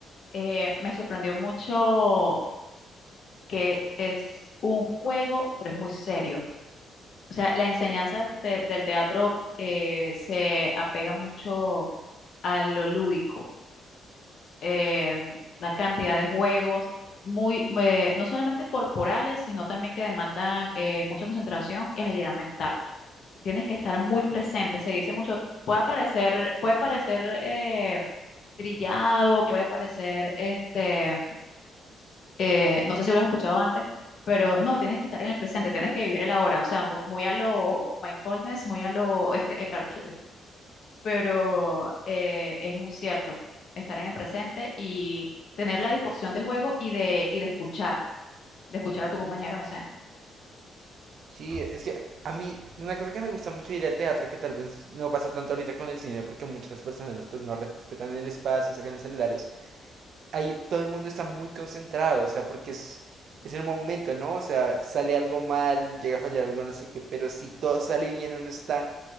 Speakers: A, on the left; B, on the right.
A: Eh, me sorprendió mucho que es un juego, pero es muy serio O sea, la enseñanza del del teatro eh, se apega mucho a lo lúdico, eh, la cantidad de juegos, muy, eh, no solamente corporales, sino también que demandan eh, mucha concentración y agilidad mental. Tienes que estar muy presente, se dice mucho, puede parecer, puede parecer eh, trillado, puede parecer este eh, no sé si lo has escuchado antes, pero no, tienes que estar en el presente, tienes que vivir el ahora, o sea, muy, muy a lo mindfulness, muy a lo este, Eckhart Tolle, pero eh, es muy cierto, estar en el presente y tener la disposición de juego y de, y de escuchar, de escuchar a tu compañero en escena.
B: Sí, es que a mí una cosa que me gusta mucho de ir al teatro, que tal vez no pasa tanto ahorita con el cine, porque muchas personas pues no respetan el espacio y sacan los celulares. Ahí todo el mundo está muy concentrado, o sea, porque es, es el momento, ¿no? O sea, sale algo mal, llega a fallar algo, no sé qué, pero si todo sale bien, uno está